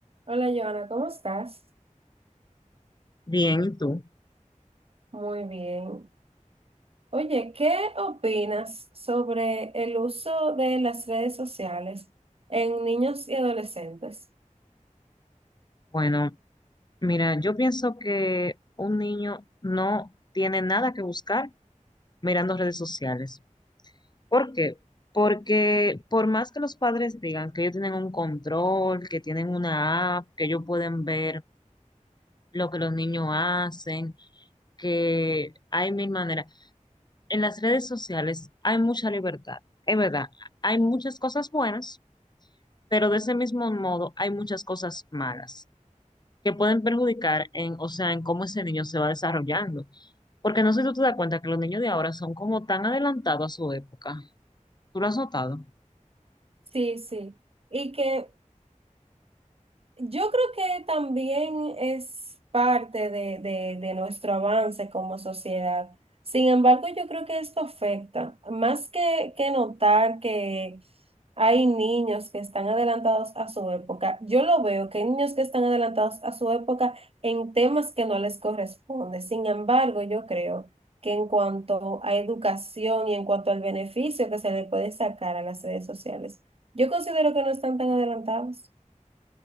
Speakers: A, on the right; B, on the left.
A: Hola, Joana, ¿cómo estás?
B: Bien, ¿y tú?
A: Muy bien. Oye, ¿qué opinas sobre el uso de las redes sociales en niños y adolescentes?
B: Bueno, mira, yo pienso que un niño no tiene nada que buscar mirando redes sociales. ¿Por qué? Porque por más que los padres digan que ellos tienen un control, que tienen una app, que ellos pueden ver lo que los niños hacen, que hay mil maneras. En las redes sociales hay mucha libertad. Es verdad, hay muchas cosas buenas, pero de ese mismo modo hay muchas cosas malas. que pueden perjudicar en, o sea, en cómo ese niño se va desarrollando. Porque no sé si tú te das cuenta que los niños de ahora son como tan adelantados a su época. ¿Tú lo has notado?
A: Sí, sí. Y que Yo creo que también es parte de, de- de nuestro avance como sociedad. Sin embargo, yo creo que esto afecta. Más que, que notar que hay niños que están adelantados a su época, yo lo veo, que hay niños que están adelantados a su época en temas que no les corresponde. Sin embargo, yo creo que en cuanto a educación y en cuanto al beneficio que se le puede sacar a las redes sociales, yo considero que no están tan adelantados.